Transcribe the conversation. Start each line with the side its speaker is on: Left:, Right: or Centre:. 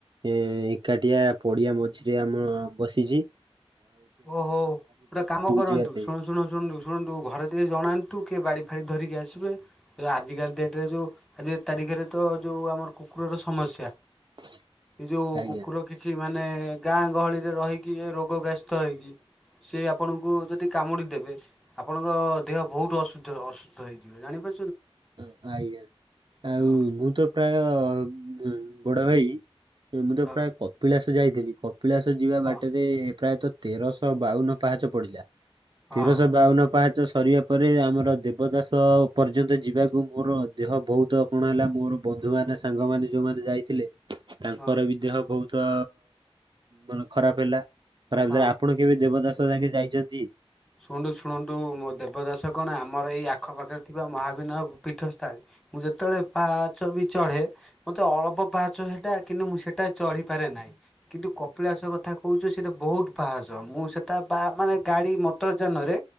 Right: ଏଁ ଏକାଠିଆ ପଡିଆ ମଝିରେ ଆମ ବସିଚି।
Centre: ଓହୋ ଗୋଟେ କାମ କରନ୍ତୁ
Right: ଯିବା ପାଇଁ
Centre: । ଶୁଣୁ ଶୁଣ ଶୁଣନ୍ତୁ ଶୁଣନ୍ତୁ ଘରେ ଟିକେ ଜଣାନ୍ତୁ। କିଏ ବାଡି ଫାଡି ଧରିକି ଆସିବେ । ଆଜିକାଲି ଡେଟ୍ ରେ ଯୋଉ ଆଜି ତାରିଖରେ ତ ଯୋଉ ଆମର କୁକୁର ର ସମସ୍ୟା।
Right: <inaudible>
Centre: ଏଇ ଯୋଉ
Right: ଆଜ୍ଞା।
Centre: କୁକୁର କିଛି ମାନେ ଗାଁ ଗହଳିରେ ରହିକି ଏ ରୋଗ ଗ୍ରସ୍ ସେ ଆପଣଙ୍କୁ ଯଦି କାମୁଡି ଦେବେ । ଆପଣଙ୍କ ଦେହ ବହୁତ ଅସୁଧ୍ୟ ଅସୁଧ ହେଇଯିବେ ଜାଣିପା
Right: ହଁ ଆଜ୍ଞା ଆଉ
Centre: ହଁ
Right: ମୁଁ ତ ପ୍ରାୟ ହୁଁ ବଡ ଭାଇ ଉଁ ମୁଁ ତ
Centre: ହଁ
Right: ପ୍ରାୟ କପିଳାସ ଯାଇଥିଲି କ କପିଳାସ ଯିବା
Centre: ହଁ
Right: ବାଟରେ ପ୍ରାୟତଃ ତେରଶହ ବାଉନ ପାହାଚ ପଡିଲା।
Centre: ହଁ
Right: ତେରଶହ ବାଉନ ପାହାଚ ସରିବା ପରେ। ଆମର ଦେବଦାସ ପର୍ଯ୍ୟନ୍ତ ଯିବାକୁ ମୋର ଦେହ ବୋହୁତ କଣ ହେଲା । ମୋର ବନ୍ଧୁମାନେ ସାଙ୍ଗମାନେ ଯେଉଁମାନେ ଯାଇଥିଲେ ତାଙ୍କର
Centre: ହଁ
Right: ବି ଦେହ ବହୁତ ମାନେ ଖରାପ ହେଲା। ଖରାପ
Centre: ହଁ।
Right: ଯାଏ ଆପଣ କେବେ ଦେବଦାସ ଯାଙ୍କେ ଯାଇଚନ୍ତି।
Centre: ଶୁଣନ୍ତୁ ଶୁଣନ୍ତୁ, ମୋ ଦେବଦାସ କଣ ଆମର ଏଇ ଆଖପାଖରେ ଥିବା ମହାବିନୟ ପୀଠସ୍ଥାଳ। ମୁଁ ଯେତେବେଳେ ପାଚ ବି ଚଢେ, ମତେ ଅଳ୍ପ ପାହାଚ ହେଟା କିନ୍ତୁ ମୁଁ ସେଟା ଚଢି ପାରେ ନାହିଁ, କିନ୍ତୁ କପିଳାସ କଥା କୋହୁଚ ସେଟା ବୋହୁତ ପାହାଚ ମୁଁ ସେଟା ବା ମାନେ ଗାଡି ମ ଟରଜାନରେ